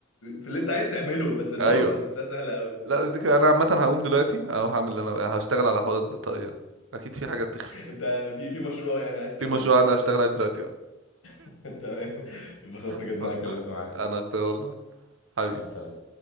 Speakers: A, on the left (about 80°); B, on the right (about 70°).
A: في اللي انت عايز تعمله بس الباور
B: ايوه
A: ذات نفسها سهله قوي <laughs>
B: لا بس دي ك... انا عامه هقوم دلوقتي او هعمل اللي انا بقى. هشتغل على حوار الطاقية اكيد في حاجات تخفي
A: انت في في مشروع يعني عايز تعمله
B: في مشروع انا هشتغل عليه دلوقتي
A: <laughs> تمام انبسطت
B: <laughs>
A: جدا إن انا اتكلمت معاك
B: انا اكتر والله حبيبي
A: مع السلامة